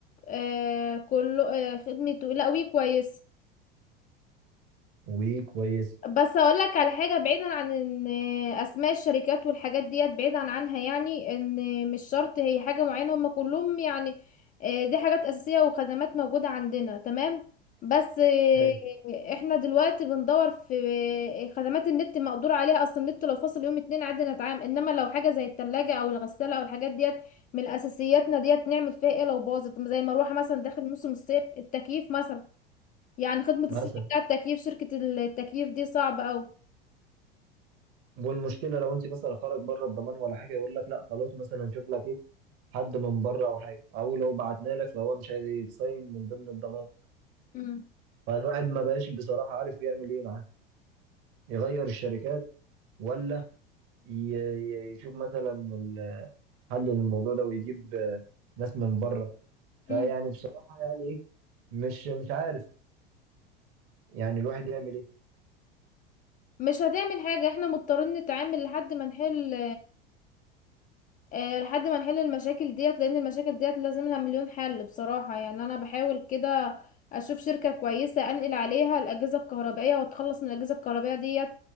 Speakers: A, on the left; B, on the right.
A: آه كله آه خدمته لا وي كويس
B: وكويس
A: بس اقول لك على حاجه بعيدا عن ان اسماء الشركات والحاجات ديت بعيدا عنها يعني ان مش شرط هي حاجه معينه هم كلهم يعني آه، دي حاجات اساسيه وخدمات موجوده عندنا تمام بس آه،
B: حلو
A: احنا دلوقتي بندور في آه، خدمات النت مقدور عليها اصل النت لو فاصل يوم اتنين عادي نتعامل انما لو حاجه زي التلاجة او الغساله او الحاجات ديت من اساسياتنا ديت نعمل فيها ايه لو باظت زي المروحه مثلا داخل موسم الصيف التكييف مثلا يعني خدمة الصيانة
B: مثلا
A: بتاع التكييف شركة التكييف دي صعبة أوي
B: والمشكله لو انت مثلا خرج بره الضمان ولا حاجه يقول لك لا خلاص مثلا نشوف لك ايه حد من بره او حاجه او لو بعتنا لك فهو مش عايز يتصين من ضمن الضمان
A: امم
B: فالواحد ما بقاش بصراحه عارف يعمل ايه معاه يغير الشركات ولا ي- ي- يشوف مثلا ال- حل للموضوع ده ويجيب آه، ناس من بره فيعني
A: مم.
B: بصراحه يعني ايه مش مش عارف يعني الواحد يعمل ايه
A: مش هتعمل حاجة احنا مضطرين نتعامل لحد ما نحل اه لحد ما نحل المشاكل ديت لأن المشاكل ديت لازم لها مليون حل بصراحة يعني أنا بحاول كده أشوف شركة كويسة أنقل عليها الأجهزة الكهربائية وأتخلص من الأجهزة الكهربائية ديت